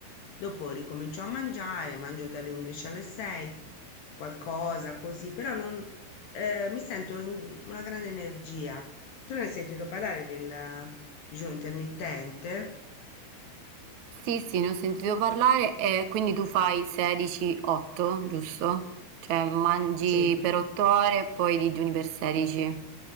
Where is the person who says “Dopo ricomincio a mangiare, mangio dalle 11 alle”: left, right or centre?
Left